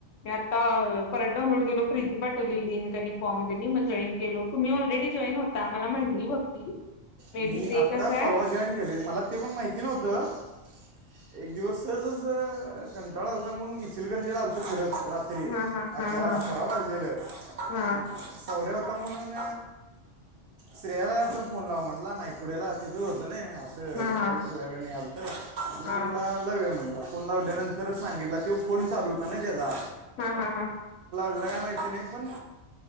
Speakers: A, on the left (about 85°); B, on the right (about 60°).
A: मी आता परत डाऊनलोड केलो प्रीती पाठवलेली लिंक आणि फॉर्म तेनी मग जॉईन केलो तुम्ही ऑलरेडी- जॉइन होता मला म्हटलीं भक्ती. मे
B: मी
A: बी ते
B: आत्ता
A: कसं आहे.
B: परवा जॉईन केलेय. मला ते पण माहिती नव्हत एक- दिवस सहजच कंटाळा आलता म्हणून इचलकरंजीला आलतो फिरत. रात्री
A: हा हा हा
B: अकरा-
A: हा
B: अकरा वाजलेेल
A: हा
B: मग सौऱ्या हो- ता म्हणून श्रेयाला तर फोन लाव म्हटलां, नायकुडेला तिथंच होतं नाही- आतांवाईप
A: हा हा
B: वेगळं नाही आलतं मी
A: हा
B: म्हणला लवया म्हणला फोन लावल्यानंतरच सांगितला तेवो फोन चालू होता नाही त्याचा
A: हा हा हा
B: ला का माहिती नाही पण